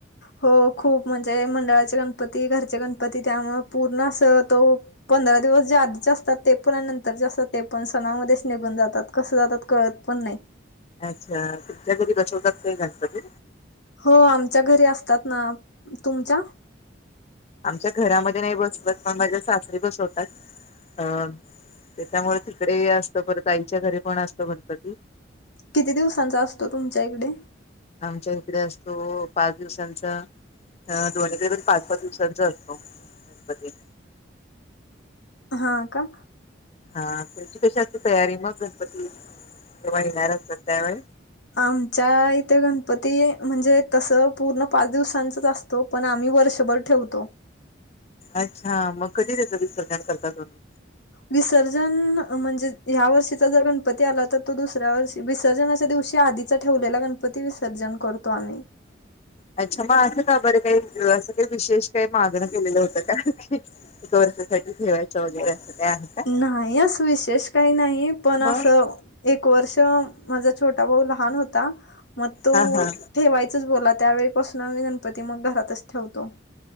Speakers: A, on the left (about 65°); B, on the left (about 35°).
A: हो खूप म्हणजे मंडळाचे गणपती, घरचे गणपती त्यामुळं पूर्ण असं तो पंधरा दिवस जे आधीचे असतात ते पण आणि नंतरचे असतात ते पण सणामध्येच निघून जातात कसं जातात कळत पण नाही
B: अच्छा तुमच्या घरी बसवतात का गणपती
A: हो आमच्या घरी असतात ना, तुमच्या
B: आमच्या घरामध्ये नाही बसतात पण माझ्या सासरी बसवतात अ त्याच्यामुळे तिकडे असत परत आईंच्या घरी पण असतो गणपती
A: किती दिवसांचा असतो तुमच्या इकडे
B: आमच्या इकडे असतो पाच दिवसांचा ह दोन वेगवेगळे पाच सात दिवसांचा असतो गणपती
A: हा का
B: हा तुमची कशी असती तयारी मग गणपती, जेव्हा येणार असतो त्यावेळेस
A: आमच्या इथे गणपती म्हणजे तसं पूर्ण पाच दिवसांचंच आस तो पण आम्ही वर्षभर ठेवतो
B: अच्छा मग कधी त्याचं विसर्जन करता तुम्ही
A: विसर्जन म्हणजे ह्या वर्षीचा जर गणपती आला तर, तो दुसऱ्या वर्षी विसर्जनाच्या दिवशी आधि चा ठेवलेला गणपती विसर्जन करतो आम्हीं.
B: अच्छा, मग असं का बरं काही असं काही विशेष काही मागणं केलेलं होतं का? फक्त वर्षासाठी ठेवायचं वगैरे असं काय आहे? का
A: नाही असं विशेष काही नाही पण असं,
B: मग
A: एक वर्ष माझा छोटा भाऊ लहान होता, मग तो
B: हा हा
A: ठेवायचंच बोलला त्यावेळेपासून आम्ही गणपती मग घरातच ठेवतो.